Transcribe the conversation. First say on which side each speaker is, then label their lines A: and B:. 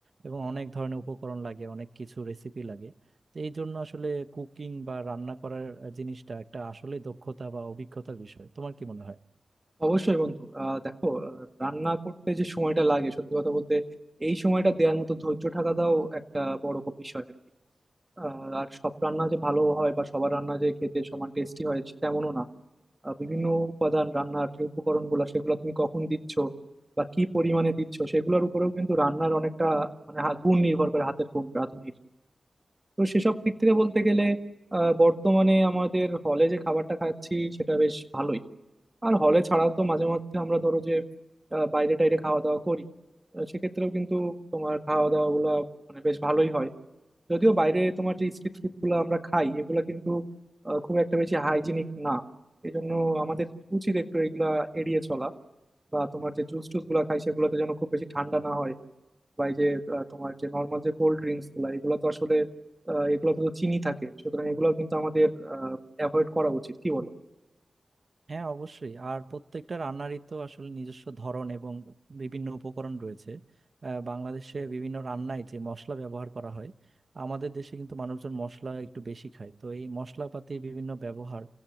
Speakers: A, on the right; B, on the right.
A: এবং অনেক ধরনের উপকরণ লাগে অনেক কিছু রেসিপি লাগে তো এই জন্য আসলে কুকিং বা রান্না করার জিনিসটা একটা আসলে দক্ষতা বা অভিজ্ঞতার বিষয় তোমার কি মনে হয়
B: অবশ্যই বন্ধু আহ দেখো আহ, রান্না করতে যে সময়টা লাগে সত্যি কথা বলতে এই সময়টা দেওয়ার মতো ধৈর্য থাকাটাও একটা বড় ক- বিষয় আর কি আহ, আর সব রান্না যে ভালো হয় বা সবার রান্না যে খেতে সমান টেস্টি হয় তেমনও না আহ, বিভিন্ন উপাদান রান্নার যে উপকরণ গুলা সেগুলো তুমি কখন দিচ্ছ বা কি পরিমাণে দিচ্ছ সেগুলোর উপরেও কিন্তু রান্নার অনেকটা মানে হা- গুণ নির্ভর করে হাতের গুণ রাঁধুনির তো সেসব দিক থেকে বলতে গেলে আহ, বর্তমানে আমাদের হলে যে খাবারটা খাচ্ছি সেটা বেশ ভালোই আর হলে ছাড়াও তো মাঝে মধ্যে আমরা ধরো যে আহ, বাইরে টাইরে খাওয়া দাওয়া করি আহ, সেক্ষেত্রেও কিন্তু তোমার খাওয়া দাওয়া গুলা মানে বেশ ভালোই হয় যদিও বাইরে তোমার যে স্ট্রিট ফুড গুলো আমরা খাই এগুলা কিন্তু আহ, খুব একটা বেশি হাইজিনিক না এই জন্য আমাদের উচিত একটু এগুলা এড়িয়ে চলা বা তোমার যে জুস টুস গুলা খাই সেগুলোতে যেন খুব বেশি ঠান্ডা না হয় বা এই যে আহ, তোমার যে নর্মাল যে কোল্ড ড্রিঙ্কস গুলা এগুলো তো আসলে আহ, এগুলোতে তো চিনি থাকে সুতরাং এগুলো কিন্তু আমাদের অ্যাভয়েড করা উচিত কি বলো
A: হ্যাঁ অবশ্যই আর প্রত্যেকটা রান্নারই তো আসলে নিজস্ব ধরন এবং বিভিন্ন উপকরণ রয়েছে আহ, বাংলাদেশে বিভিন্ন রান্নায় যে মশলা ব্যবহার করা হয় আমাদের দেশে কিন্তু মানুষজন মশলা একটু বেশি খায় তো এই মশলাপাতি বিভিন্ন ব্যবহার